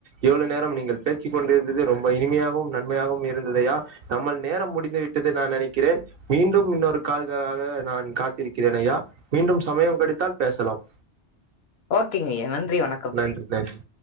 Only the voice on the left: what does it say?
ஓகேங்கயா நன்றி வணக்